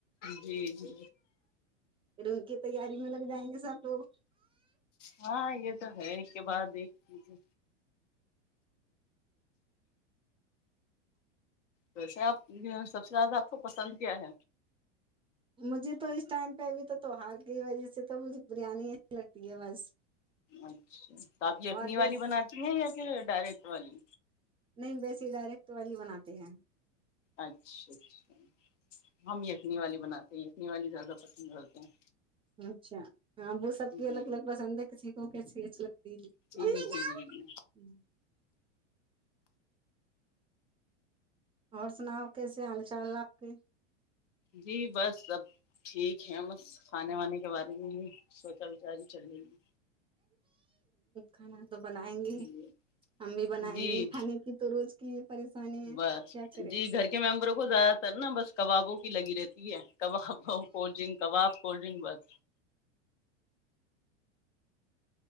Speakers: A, on the left (about 75°); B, on the right (about 15°).
A: جی جی
B: پھر ان کی تیاری میں لگ جائیں گے سب لوگ
A: ہاں یہ تو ہے ایک کے بعد ایک کیجے ویسے آپ سب سے زیادہ آپ کو پسند کیا ہے
B: مجھے تو اس ٹائم پہ ابھی تو تیوار کی وجہ سے تو مجھے بریانی اچھی لگتی ہے بس
A: اچھا تو آپ یخنی
B: اور بیس
A: والی بناتی ہیں یا ڈائریکٹ والی
B: نہیں بییسی ڈائریکٹ والی بناتے ہیں
A: اچھا اچھا ہم یخنی والی بناتے ہیں یخنی والی زیادہ پسند کرتے ہیں
B: اچھا ہاں وہ سب کی
A: جی
B: الگ الگ پسند ہے کسی اوکے ھیک ا
A: جی
B: کیا
A: جی جی جی
B: اور سناؤ کیسے حال چال آپ کے
A: جی بس سب ٹھیک ہے بس کھانے وانے کے بارے میں ہی سوچا وچاری چل رہے گی
B: کانا تو بنائیں گے
A: ہے
B: ہم بھی بنائیں
A: جی
B: گے کھانے کی تو روز کی پریشانی ہے
A: بس
B: کیا چلے
A: جی گھر کے ممبروں کو زیادہ تر نا بس کبابوں لگی رہیتی یہ کباب ب کو ڈنک کباب کولڈ ڈرنک بات